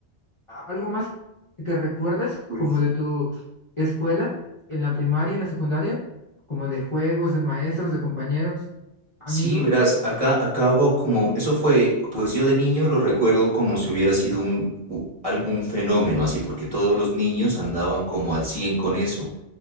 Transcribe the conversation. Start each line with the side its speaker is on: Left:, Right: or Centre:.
Left: ¿A- ¿Algo más que recuerdas
Right: pues.
Left: como de tu escuela, en la primaria, en la secundaria? Como de juegos, de maestros, de compañeros, amigos.
Right: Sí, verás, acá, acá hubo como, eso fue, pues yo de niño lo recuerdo como si hubiera sido un, u- algún fenómeno así, porque todos los niños andaban como al 100 con eso.